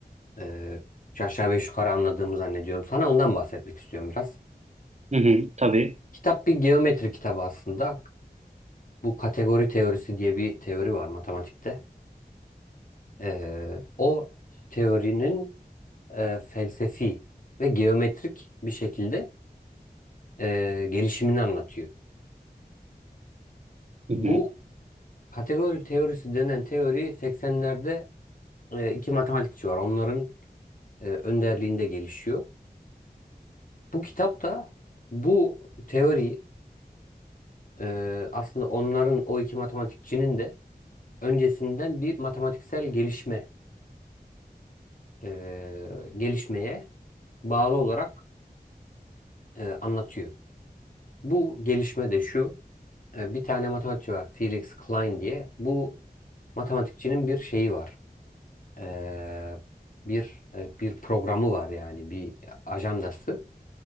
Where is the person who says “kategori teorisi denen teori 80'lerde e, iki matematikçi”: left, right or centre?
Left